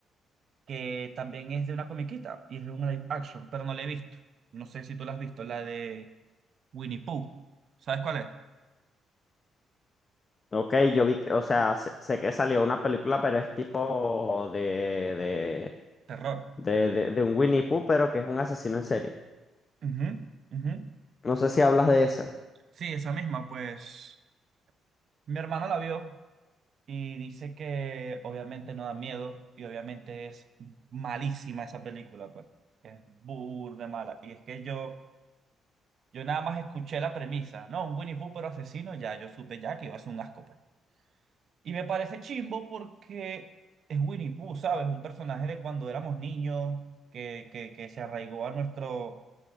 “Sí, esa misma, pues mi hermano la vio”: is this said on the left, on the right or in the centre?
Right